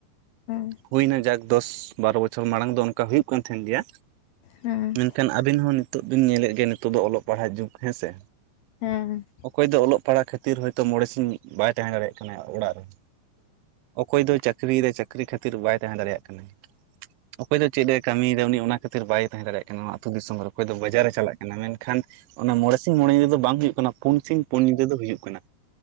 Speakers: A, on the left; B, on the right.
A: ᱦᱮᱸ
B: ᱦᱩᱭᱱᱟ ᱡᱟᱠ ᱫᱚᱥ ᱵᱟᱨᱚ ᱵᱚᱪᱷᱚᱨ ᱢᱟᱲᱟᱝ ᱫᱚ ᱚᱱᱠᱟ ᱦᱩᱭᱩᱜ ᱠᱟᱱ ᱛᱟᱦᱮᱱ ᱜᱮᱭᱟ᱾
A: ᱦᱸ
B: ᱢᱮᱱᱠᱷᱟᱱ ᱟᱵᱤᱱ ᱦᱚᱸ ᱱᱤᱛᱚᱜ ᱵᱤᱱ ᱧᱮᱞᱮᱫ ᱜᱮᱭᱟ ᱱᱤᱛᱚᱜ ᱫᱚ ᱚᱞᱚᱜ ᱯᱟᱲᱦᱟ ᱡᱩᱜᱽ᱾ ᱦᱮᱸᱥᱮ?
A: ᱦᱮᱸ ᱦᱮᱸ
B: ᱚᱠᱚᱭ ᱫᱚ ᱚᱞᱚᱜ ᱯᱟᱲᱦᱟᱜ ᱠᱷᱟᱹᱛᱤᱨ ᱦᱚᱭᱛᱳ ᱢᱚᱬᱮ ᱥᱤᱧ ᱵᱟᱭ ᱛᱟᱦᱮᱸ ᱫᱟᱲᱮᱭᱟᱜ ᱠᱟᱱᱟ ᱚᱲᱟᱜ ᱨᱮᱫᱚ᱾ ᱚᱠᱚᱭ ᱫᱚᱭ ᱪᱟᱠᱨᱤ ᱨᱮ ᱪᱟᱠᱨᱤ ᱠᱷᱟᱛᱤᱨ᱾ ᱠᱷᱟᱹᱛᱤᱨ ᱵᱟᱭ ᱛᱟᱦᱮᱸ ᱫᱟᱲᱮᱭᱟᱜ ᱠᱟᱱᱟ ᱚᱠᱚᱭ ᱫᱚ ᱪᱮᱫ ᱮ ᱠᱟᱹᱢᱤᱭᱮᱫᱟ ᱩᱱᱤ ᱚᱱᱟ ᱠᱷᱟᱹᱛᱤᱨ ᱵᱟᱭ ᱛᱟᱦᱮᱸ ᱫᱟᱲᱮᱭᱟᱜ ᱠᱟᱱᱟ ᱱᱚᱣᱟ ᱟᱹᱛᱩ ᱫᱤᱥᱚᱢ ᱨᱮ ᱚᱠᱚᱭ ᱫᱚ ᱵᱟᱡᱟᱨᱼᱮ ᱪᱟᱞᱟᱜ ᱠᱟᱱᱟ ᱢᱮᱱᱠᱷᱟᱱ ᱚᱱᱮ ᱢᱚᱬᱮ ᱥᱤᱧ ᱢᱚᱬᱮ ᱧᱤᱫᱟᱹ ᱫᱚ ᱵᱟᱝ ᱦᱩᱭᱩᱜ ᱠᱟᱱᱟ ᱯᱩᱱ ᱥᱤᱧ ᱯᱩᱱ ᱧᱤᱫᱟᱹ ᱫᱚ ᱦᱩᱭᱩᱜ ᱠᱟᱱᱟ